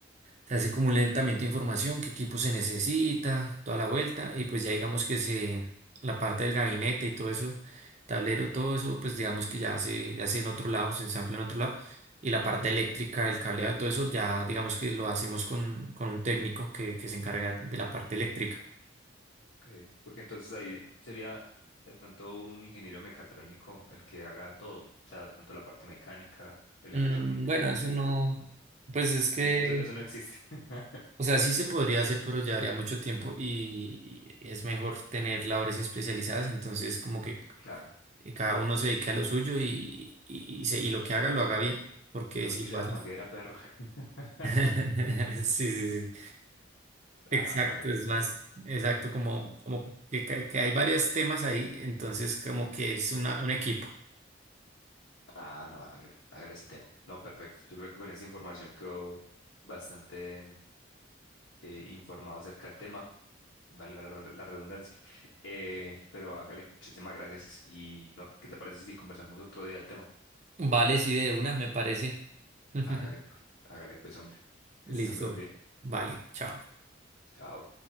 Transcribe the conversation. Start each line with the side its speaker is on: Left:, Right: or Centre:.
Right: Se hace como un levantamiento de información, qué equipo se necesita, toda la vuelta, y pues ya digamos que se, la parte del gabinete y todo eso, tablero, todo eso, pues digamos que ya se, ya se en otro lado, se ensambla en otro lado, y la parte eléctrica, el cableado y todo eso, ya digamos que lo hacemos con, con un técnico que, que se encarga de la parte eléctrica.
Left: Okay. Porque entonces ahí sería de pronto un ingeniero mecatrónico el que haga todo. O sea, de pronto la parte mecánica, electrónica
Right: Mm, bueno,
Left: y eléctrica.
Right: eso no, pues es
Left: Eso
Right: que,
Left: no, eso, eso no existe. <laughs>
Right: o sea, sí se podría hacer, pero llevaría mucho tiempo y, y es mejor tener labores especializadas, entonces como que
Left: Claro.
Right: y cada uno se dedique a lo suyo y, y, y se- y lo que haga lo haga bien, porque
Left: No me
Right: si
Left: pise
Right: lo
Left: la
Right: haces...
Left: manguera, perro. <laughs>
Right: <laughs> Sí, sí, sí, exacto,
Left: Ah, no, hágale,
Right: es
Left: Santiago.
Right: más, exacto, como, como que, que- que hay varios temas ahí, entonces como que es una, un equipo.
Left: Ah, no, hágale, hágale, Santiago. No, perfecto. Yo creo que con esa información quedó bastante. eh, informado acerca del tema, valga la, la redundancia. Eh, pero hágale, muchísimas gracias. Y no, ¿qué te parece si conversamos otro día del tema?
Right: Vale, sí, de una, me parece. <laughs>
Left: Hágale, pues, hágale pues, hombre,
Right: Listo,
Left: que estés muy bien.
Right: vale, chao.
Left: Chao.